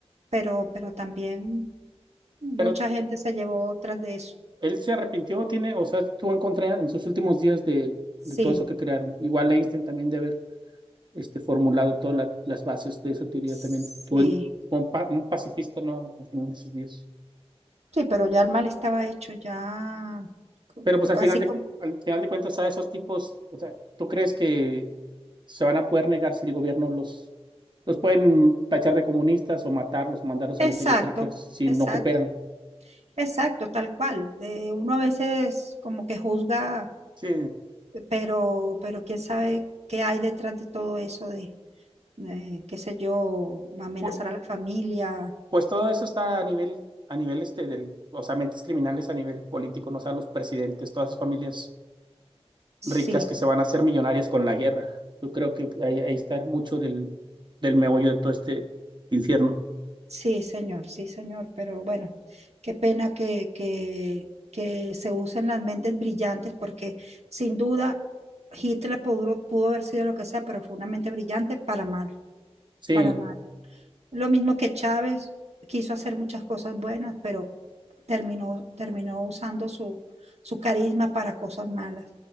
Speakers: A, on the right; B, on the right.
A: pero, pero también mucha
B: pero
A: gente se llevó otras de eso.
B: Él se arrepintió, tiene, o sea, estuvo en contra en sus últimos días de,
A: Sí,
B: de todo eso que crearon. Igual Einstein también de haber este, formulado todas la- las bases de esa teoría
A: sí,
B: también. Estuvo en- fue un, pa- un pacifista, ¿no? Al final de sus días.
A: sí, pero ya el mal estaba hecho, ya, co-
B: Pero pues al
A: co-
B: final
A: así
B: de,
A: como...
B: al final de cuentas, a esos tipos, o sea, ¿tú crees que se van a poder negar si el gobierno los, los pueden tachar de comunistas o matarlos o mandarlos
A: Exacto,
B: a las eléctricas si
A: exacto,
B: no cooperan?
A: exacto, tal cual. Eh, uno a veces como que juzga,
B: Sí.
A: pero, pero quién sabe qué hay detrás de todo eso de, eh, qué sé yo, amenazar
B: Pu-
A: a la familia.
B: Pues todo eso está a nivel, a nivel este del, o sea, mentes criminales a nivel político, ¿no? O sea, los presidentes, todas esas familias
A: Sí,
B: ricas que se van a hacer millonarias con la guerra. Yo creo que ahí, ahí está mucho del, del meollo de todo este infierno.
A: sí, señor, sí, señor, pero bueno, qué pena que, que, que se usen las mentes brillantes porque sin duda Hitler pudo, pudo haber sido lo que sea, pero fue una mente brillante para mal,
B: Sí,
A: para mal. Lo mismo que Chávez quiso hacer muchas cosas buenas, pero terminó, terminó usando su, su carisma para cosas malas.